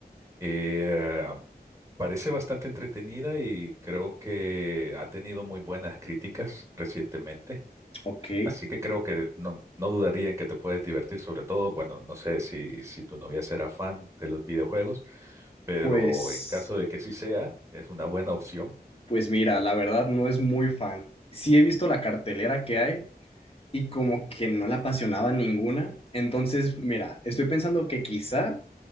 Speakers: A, on the right (about 15°); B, on the left (about 35°).
A: Eh, parece bastante entretenida y creo que ha tenido muy buenas críticas recientemente.
B: ok.
A: Así que creo que no, no dudaría en que te puedes divertir, sobre todo, bueno, no sé si, si tu novia será fan de los videojuegos, pero
B: Pues,
A: en caso de que sí sea, es una buena opción.
B: pues mira, la verdad no es muy fan. Sí he visto la cartelera que hay y como que no la apasionaba ninguna. Entonces, mira, estoy pensando que quizá